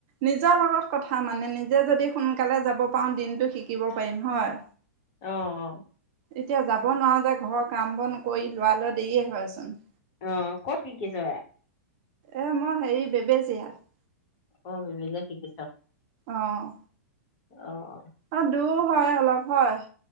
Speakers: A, on the right (about 30°); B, on the left (about 30°).
A: নিজৰ লগত কথা মানে নিজে যদি সোনকালে যাব পাৰো দিনটো শিকিব পাৰিম হয়।
B: অ, অ
A: এতিয়া যাব নোৱাৰো যে ঘৰ কাম বন কৰি উলোৱা লৈ দেৰিয়ে হয়চোন।
B: অ ক'ত শিকিছ এইয়া?
A: এ মই হেৰি বেবেজীয়াত।
B: অ বেবেজীয়াত শিকিছ।
A: অঁ
B: অ অ।
A: অ দুৰ হয় অলপ হয়।